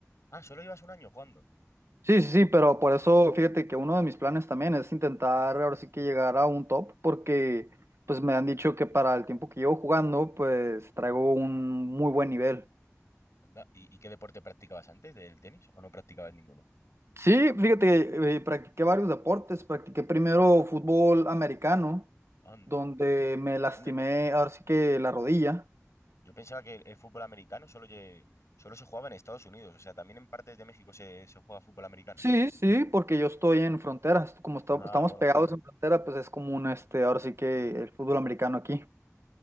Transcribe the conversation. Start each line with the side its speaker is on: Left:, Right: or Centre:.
Left: ah, solo llevas un año jugando.
Right: Sí, sí, sí, pero por eso fíjate que uno de mis planes también es intentar ahora sí que llegar a un top, porque pues me han dicho que para el tiempo que llevo jugando, pues traigo un muy buen nivel.
Left: Anda, ¿Y, y qué deporte practicabas antes del tenis o no practicabas ninguno?
Right: Sí, fíjate que eh, practiqué varios deportes, practiqué primero fútbol americano,
Left: Anda,
Right: donde me lastimé
Left: anda.
Right: ahora sí que la rodilla.
Left: Yo pensaba que el, el fútbol americano solo, lle- solo se jugaba en Estados Unidos, o sea, también en partes de México se, se juega fútbol americano.
Right: Sí, sí, porque yo estoy en fronteras, como esta-
Left: Ah,
Right: estamos
Left: bueno,
Right: pegados
Left: claro.
Right: en frontera, pues es común este, ahora sí que el fútbol americano aquí.